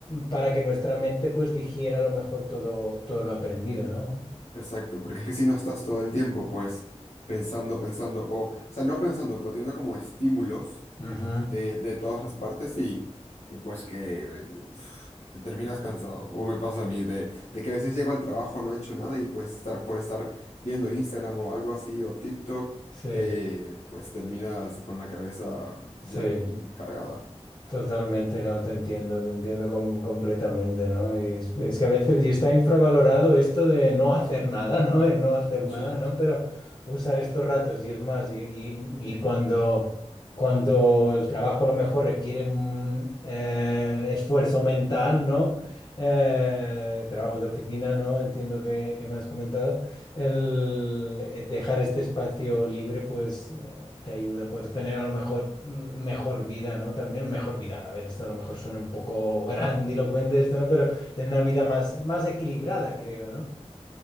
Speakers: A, on the left; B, on the left.
A: para que nuestra mente pues digiera a lo mejor todo, todo lo aprendido, ¿no?
B: Exacto, porque es que si no estás todo el tiempo, pues, pensando, pensando, o, o sea, no pensando, pero teniendo como estímulos
A: Ujú,
B: de, de todas las partes y, y pues que eh, uf, te terminas cansado. O me pasa a mí de, de que a veces llego al trabajo, no he hecho nada y pues estar por estar viendo Instagram o algo así, o TikTok,
A: Sí,
B: eh, pues terminas con la cabeza
A: sí.
B: ya mm, cargada.
A: Totalmente, no, te entiendo, te entiendo com- completamente, ¿no? Y es, es que a veces y está infravalorado esto de no hacer nada, ¿no? El no hacer
B: Ya.
A: nada, ¿no? Pero usar estos ratos y es más, y, y- y cuando, cuando el trabajo a lo mejor requiere mm, eh, esfuerzo mental, ¿no? Eh, trabajo de oficina, ¿no? Entiendo que, que me has comentado. El eh, dejar este espacio libre, pues eh, te ayuda pues, a tener a lo mejor mm, mejor vida, ¿no? También mejor vida. A ver, esto a lo mejor suena un poco <laughs> grandilocuente esto, ¿no? Pero tener una vida más, más equilibrada, creo, ¿no?